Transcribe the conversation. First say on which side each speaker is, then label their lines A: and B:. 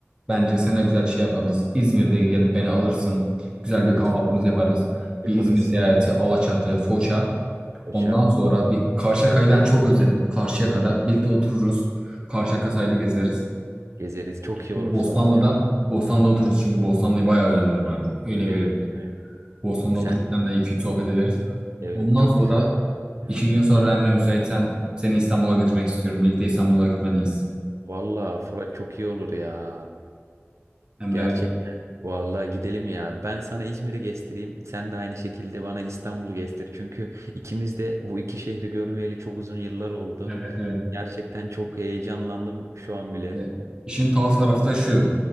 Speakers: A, on the right; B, on the right.
A: Bence seninle güzel şey yapabiliriz. İzmir'de gelip beni alırsın. Güzel
B: Evet
A: bir kahvaltımız
B: Fırat
A: yaparız.
B: yaparız.
A: Bir İzmir seyahati, Alaçatı, Foça.
B: Koça
A: Ondan sonra bir Karşıyaka'yı ben çok özledim. Karşıyaka'da birlikte otururuz. Karşıyaka sahili gezeriz.
B: gezeriz. Çok iyi
A: Bostanlı'da
B: olur Fırat ya.
A: Bostanlı'da otururuz çünkü Bostanlı'yı bayağı özledim ben. Öyle
B: Evet,
A: böyle.
B: evet.
A: Bostanlı'da
B: Sen
A: oturup seninle iki üç sohbet ederiz.
B: evet
A: Ondan
B: çok
A: sonra
B: güzel olur ya.
A: iki gün sonra Emre müsaitsen seni İstanbul'a götürmek istiyorum. Birlikte İstanbul'a gitmeliyiz.
B: Vallahi Fırat çok iyi olur ya.
A: Emre
B: Gerçekten.
A: ben.
B: Vallahi gidelim ya. Ben sana İzmir'i gezdireyim. Sen de aynı şekilde bana İstanbul'u gezdir. Çünkü ikimiz de bu iki şehri görmeyeli çok uzun yıllar oldu.
A: Evet evet.
B: Gerçekten çok heyecanlandım şu an bile.
A: Ve İşin tuhaf tarafı da şu.